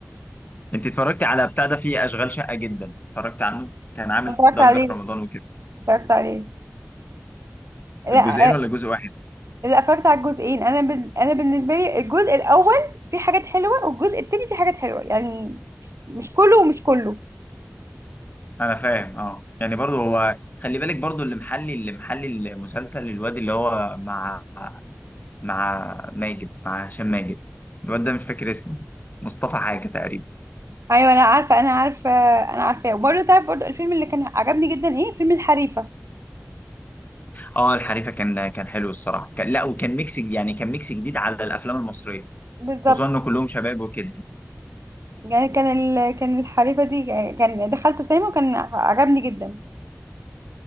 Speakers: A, on the left; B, on the right.
A: انت اتفرجتي على بتاع ده فيه اشغال شقه جدا اتفرجت عنه كان عامل
B: اتفرجت
A: ضجه
B: عليه
A: في رمضان وكده
B: اتفرجت عليه لا
A: الجزئين
B: آه،
A: ولا جزء واحد
B: لا اتفرجت على الجزئين انا بال... انا بالنسبه لي الجزء الاول فيه حاجات حلوه والجزء التاني فيه حاجات حلوه يعني مش كله ومش كله
A: انا فاهم اه يعني برضو هو خلي بالك برضو اللي محلي اللي محلي المسلسل الواد اللي هو مع مع ماجد مع هشام ماجد الواد ده مش فاكر اسمه مصطفى حاجة تقريبا
B: ايوه انا عارفه انا عارفه انا عارفاه وبرده تعرف برده الفيلم اللي كان عجبني جدا ايه فيلم الحريفه
A: اه الحريفة كان كان حلو الصراحة كان لا وكان ميكس يعني كان ميكس جديد على الافلام المصرية
B: بالظبط
A: خصوصا ان كلهم شباب وكده
B: يعني كان ال... كان الحريفه دي كان دخلته سينما وكان عجبني جدا